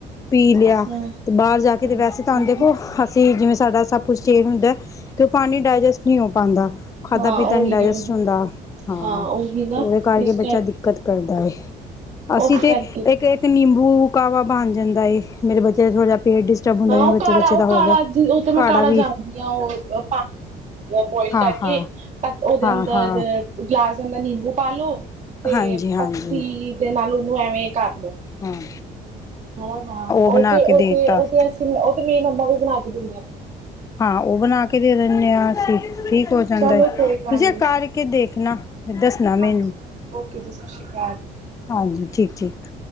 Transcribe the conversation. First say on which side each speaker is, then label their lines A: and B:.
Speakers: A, on the left (about 20°); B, on the right (about 45°).
A: ਪੀ ਲਿਆ
B: ਹਾਂ
A: ਤੇ ਬਾਹਰ ਜਾ ਕੇ
B: ਹਾਂ
A: ਤੇ ਵੈਸੇ ਤੁਹਾਨੂੰ
B: ਉਹੀ
A: ਦੇਖੋ
B: ਨਾ
A: ਹਸੀ ਜਿਵੇਂ ਸਾਡਾ ਸਭ ਕੁਛ ਚੇਜ ਹੁੰਦਾ ਤੇ ਉਹ ਪਾਣੀ ਡਾਇਜੈਸਟ ਨਹੀਂ ਹੋ ਪਾਉਂਦਾ ਖਾਧਾ
B: ਹਾਂ
A: ਪੀਤਾ
B: ਉਹੀ
A: ਨੀ ਡਾਇਜੈਸਟ
B: ਉਹੀ
A: ਹੁੰਦਾ ਹਾਂ
B: ਉਹੀ ਨਾ
A: ਤੇ ਉਹਦੇ ਕਰਕੇ
B: ਇਸ
A: ਬੱਚਾ ਦਿੱਕਤ ਕਰਦਾ ਅਸੀਂ
B: ਉਸ
A: ਤੇ
B: ਕਰਕੇ
A: ਇੱਕ ਇੱਕ ਨਿੰਬੂ ਕਾਹਵਾ ਬਣ ਜਾਂਦਾ ਏ ਮੇਰੇ ਬੱਚੇ ਦਾ ਥੋੜ੍ਹਾ ਜਿਹਾ ਪੇਟ ਡਿਸਟਰਬ ਹੁੰਦਾ
B: ਹਾਂ
A: ਜਿਵੇ
B: ਉਹ
A: ਬੱਚੇ
B: ਕਾਲਾ
A: ਬੱਚੇ
B: ਉਹ
A: ਦਾ ਹੋ
B: ਕਾਲਾ
A: ਗ
B: ਉਹ ਤਾਂ ਮੈਂ
A: ਕਾੜਅ
B: ਕਾਲਾ
A: ਵੀ
B: ਜਾਣਦੀ ਹਾਂ ਉਹ ਬੋਇਲ
A: ਹਾਂ
B: ਕਰਕੇ
A: ਹਾਂ
B: ਉਹਦੇ
A: ਹਾਂ
B: ਅੰਦਰ
A: ਹਾਂ
B: ਗਲਾਸ ਜਾਂ ਦਾ ਨਿੰਬੂ ਪਾਾਲੋ, ਤੇ
A: ਹਾਂਜੀ ਹਾਂਜੀ
B: ਪੱਤੀ ਦੇ ਨਾਲ ਉਹਨੂੰ ਐਵੇਂ ਕਰ
A: ਹਾਂ
B: ਹ ਹਾਂ
A: ਬਣਾ
B: ਉਹ ਤੇ ਉਹ
A: ਕੇ ਦੇ
B: ਤੇ
A: ਤਾ
B: ਉਹ ਤੇ ਅਸੀਂ ਉਹ ਤੇ ਮੇਰੀ ਮੰਮਾ ਵੀ ਬਣਾ ਕੇ ਦਿੰਦੇ ਆ।
A: ਹਾਂ ਉਹ ਬਣਾ ਕੇ ਦੇ ਦੇਨੇ ਆ ਠੀਕ ਹੋ ਜਾਂਦਾ
B: ਚਲੋ
A: ਹੈ
B: ਕੋਈ ਗੱਲ
A: ਤੁਸੀਂ
B: ਨੀ
A: ਇਹ ਕਰਕੇ ਦੇਖਣਾ ਦੱਸਣਾ
B: ਹਾਂਜੀ
A: ਮੈਨੂੰ
B: ਹਾਂਜੀ ਓਕੇ ਜੀ ਸਤ ਸ਼੍ਰੀ ਅਕਾਲ
A: ਹਾਂਜੀ ਠੀਕ ਠੀਕ